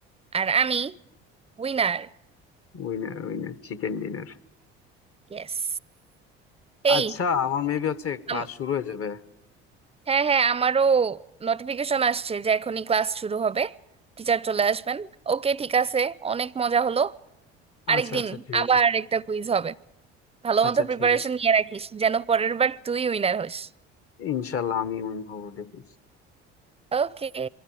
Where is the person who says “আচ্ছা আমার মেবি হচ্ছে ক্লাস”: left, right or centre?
Left